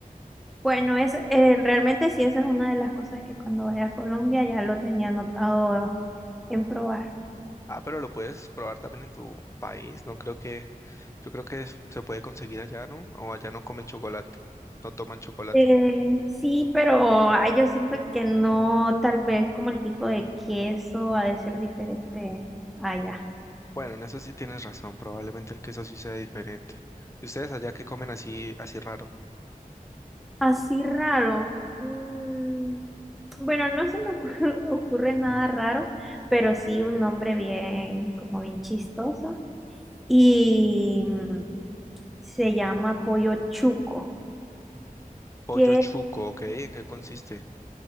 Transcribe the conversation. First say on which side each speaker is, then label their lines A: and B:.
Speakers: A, in the centre; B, on the left.
A: Bueno, es, eh, realmente sí, esa es una de las cosas que cuando vaya a Colombia ya lo tenía anotado en probar.
B: Ah, pero lo puedes probar también en tu país, no creo que, yo creo que es- se puede conseguir allá, ¿no? O allá no comen chocolate, no toman chocolate.
A: Eh, sí, pero ah, yo siento que no, tal vez como el tipo de queso ha de ser diferente allá.
B: Bueno, en eso sí tienes razón, probablemente el queso sí sea diferente. ¿Y ustedes allá qué comen así, así raro?
A: Así raro. mm, bueno, no se me ocurre, <laughs> ocurre nada raro, pero sí un nombre bien, como bien chistoso. Y mm, se llama pollo chuco,
B: Pollo
A: que
B: chuco, ¿ok? ¿En qué consiste?